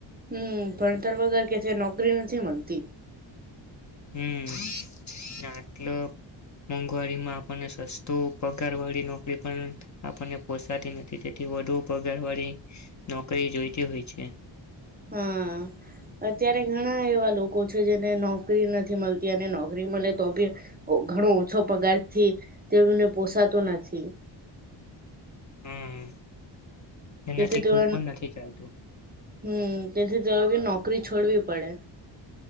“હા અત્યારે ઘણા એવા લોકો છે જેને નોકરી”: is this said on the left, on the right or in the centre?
Right